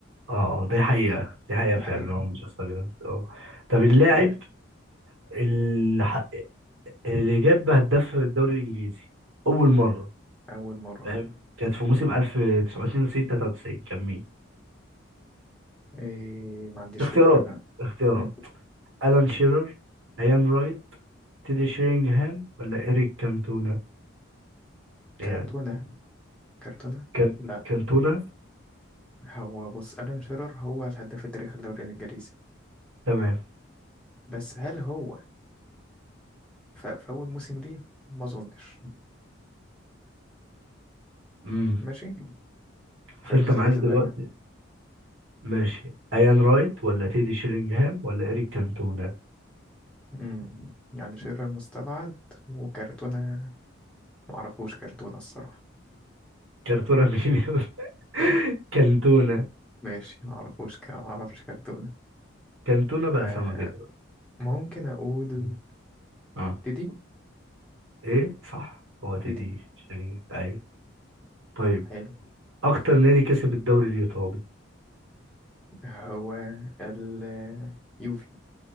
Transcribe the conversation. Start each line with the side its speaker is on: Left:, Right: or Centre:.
Right: اه دي حقيقة دي حقيقة
Centre: دي حقيقة
Right: فعلا هو مانشستر يونايتد اه طب
Centre: اللهم
Right: اللاعب
Centre: بارك
Right: اللي, ح... اللي جاب هداف في الدوري الانجليزي اول مرة
Centre: أول مرة
Right: فاهم كانت في موسم 1992 93 كان مين
Centre: إيه ما عنديش
Right: اختيارات
Centre: فكرة لا
Right: اختيارات
Centre: مم.
Right: الان شيرر ايان تيدي شيرينغهام ولا إيريك كانتونا يعني
Centre: كارتونة كارتونة
Right: كان
Centre: لا
Right: كانتونا
Centre: هو بص ألان شيرر هو الهداف التاريخي الدوري الإنجليزي
Right: تمام
Centre: بس هل هو ف- فأول موسم ليه ما أظنش
Right: امم
Centre: ماشي فإيه
Right: فأنت
Centre: الاختيارات
Right: معاك دلوقتي
Centre: الباقية؟
Right: ماشي ايان رايت ولا تيدي شيرينغهام ولا إيريك كانتونا
Centre: امم يعني شيرر مستبعد وكرتونة معرفوش كرتونة الصراحة
Right: كانتونا مين يا أسطى؟ <laughs> كانتونا
Centre: ماشي معرفوش ك... معرفش كرتونة
Right: كانتونا بقى
Centre: ف-
Right: سمكة دلوقتي
Centre: ممكن أقول
Right: مم. اه
Centre: ديدي
Right: ايه صح هو تيدي
Centre: ديدي
Right: شيرينغهام ايوه طيب
Centre: حلو
Right: اكتر نادي كسب الدوري الايطالي
Centre: هو ال يوفي